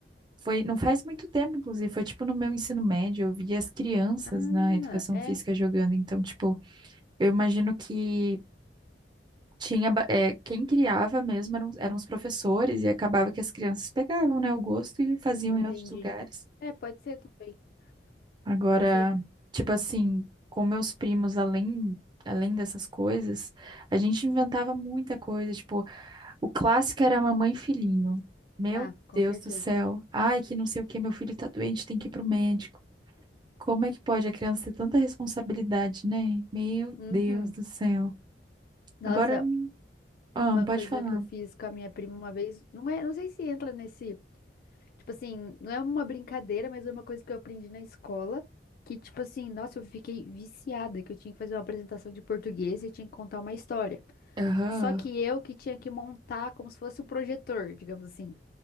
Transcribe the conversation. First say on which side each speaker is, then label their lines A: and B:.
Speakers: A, on the right (about 25°); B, on the left (about 55°).
A: Foi, não faz muito tempo, inclusive, foi tipo no meu ensino médio, eu vi as crianças
B: Ah,
A: na educação
B: é,
A: física jogando, então, tipo, eu imagino que tinha, ba- é, quem criava mesmo eram, eram os professores e acabava que as crianças pegavam, né, o gosto e faziam
B: entendi.
A: em outros lugares.
B: É, pode ser também.
A: Agora,
B: Pode ser.
A: tipo assim, com meus primos, além, além dessas coisas, a gente inventava muita coisa. Tipo, o clássico era mamãe e filhinho. Meu
B: Ah, com
A: Deus
B: certeza.
A: do céu. Ai, que não sei o que, meu filho tá doente, tem que ir pro médico. Como é que pode a criança ter tanta responsabilidade, né? Meu
B: Uhum.
A: Deus do céu.
B: Nossa,
A: Agora, ah,
B: uma
A: pode
B: coisa
A: falar.
B: que eu fiz com a minha prima uma vez, não é, não sei se entra nesse, tipo assim, não é uma brincadeira, mas é uma coisa que eu aprendi na escola, que tipo assim, nossa, eu fiquei viciada, que eu tinha que fazer uma apresentação de português e tinha que contar uma história.
A: Aham.
B: Só que eu que tinha que montar como se fosse o projetor, digamos assim.